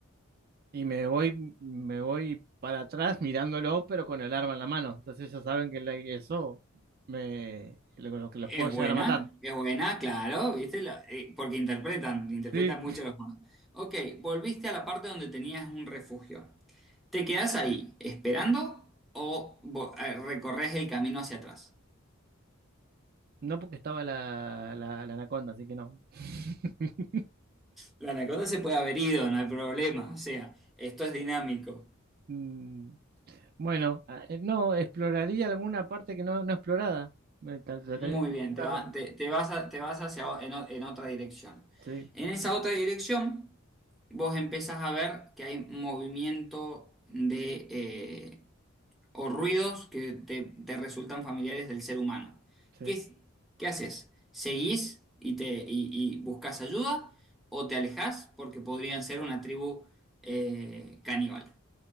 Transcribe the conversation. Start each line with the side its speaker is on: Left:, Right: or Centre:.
Right: Y me voy, me voy para atrás mirándolo, pero con el arma en la mano. Entonces ellos saben que la- eso me, lo, lo que los
Centre: Es
Right: puedo llegar
Centre: buena,
Right: a matar.
Centre: es buena, claro, ¿viste? La- eh, porque interpretan, interpretan
Right: Sí,
Centre: mucho los monos. Ok, volviste a la parte donde tenías un refugio. ¿Te quedás ahí esperando o vo- eh, recorres el camino hacia atrás?
Right: No porque estaba la, la, la anaconda, así que no. <laughs>
Centre: La anaconda se puede haber ido, no hay problema. O sea, esto es dinámico.
Right: Mm, Bueno, ah, eh, no, exploraría alguna parte que no, no explorada. Me tra- trataría
Centre: Muy
Right: de
Centre: bien, te va-
Right: buscar.
Centre: te, te vas a- te vas hacia o- en, o- en otra dirección.
Right: Sí,
Centre: En esa otra dirección, vos empezás a ver que hay movimiento de eh, o ruidos que te, te resultan familiares del ser humano.
Right: sí.
Centre: ¿Qué, es- qué haces? ¿Seguís y te y, y buscas ayuda o te alejás porque podrían ser una tribu eh, caníbal?